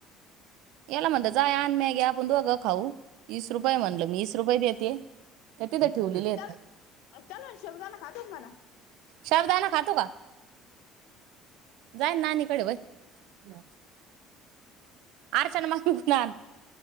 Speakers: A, on the right; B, on the left.
A: याला म्हणत जा आन मॅगी आपण दोघं खाऊ वीस रुपये म्हणलं वीस रुपये देते त्या तिथं ठेवलेले
B: त्याला
A: आहेत.
B: त्याला शाबूदाणा खातोस म्हणा
A: शब्दाना खातो का जाई नाणीकडे वई <unintelligible> आरशन माक फुकणार